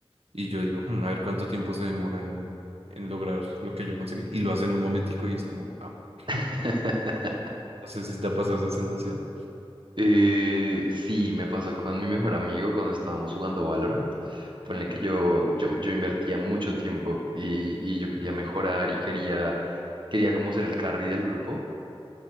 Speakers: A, on the right; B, on the right.
A: y yo digo, "Hmm, a ver cuánto tiempo se demora en, en lograr lo que yo conseguí. Y lo hacen un momentico y es como, ah, <laughs>
B: <laughs>
A: no sé si te ha pasado esa sensación.
B: Eh, sí, me pasó con mi mejor amigo cuando estábamos jugando Valorant. Ponle que yo, yo, yo invertía mucho tiempo y, y yo quería mejorar y quería, quería como ser el carry del grupo.